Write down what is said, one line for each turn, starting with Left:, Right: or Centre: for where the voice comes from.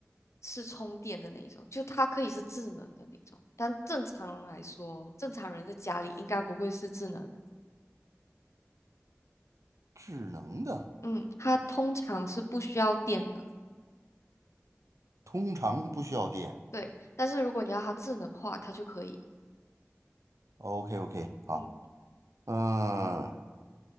Left: 是充电的那一种，就它可以是智能的那种。但正常人来说，正常人在家里应该不会是智能的。
Right: 智能的，
Left: 嗯，它通常是不需要电的。
Right: 通常不需要电。
Left: 对，但是如果你要它智能化，它就可以。
Right: OK OK，好，
Left: 嗯，
Right: 嗯、